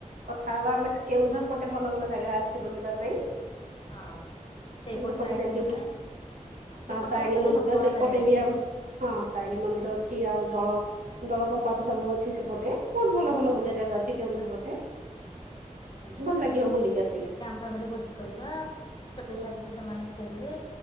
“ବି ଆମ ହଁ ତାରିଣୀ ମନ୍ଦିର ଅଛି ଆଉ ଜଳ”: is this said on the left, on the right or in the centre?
Right